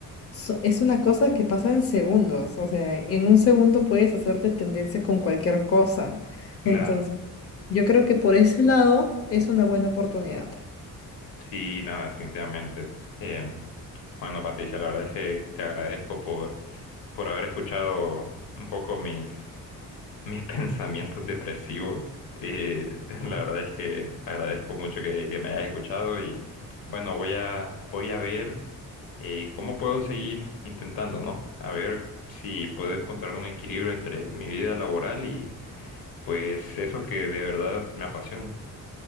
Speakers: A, on the left; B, on the left.
A: so- es una cosa que pasa en segundos. O sea, en un segundo puedes hacerte tendencia con cualquier cosa.
B: claro.
A: Entonces, yo creo que por ese lado es una buena oportunidad.
B: sí, no, definitivamente. Eh, bueno, Patricia, la verdad es que te agradezco por, por haber escuchado un poco mis mis <laughs> pensamientos depresivos. Eh, <laughs> la verdad es que agradezco mucho que, que me hayas escuchado y bueno, voy a, voy a ver eh, cómo puedo seguir intentando, ¿no? A ver si puedo encontrar un equilibrio entre mi vida laboral y pues eso que de verdad me apasiona.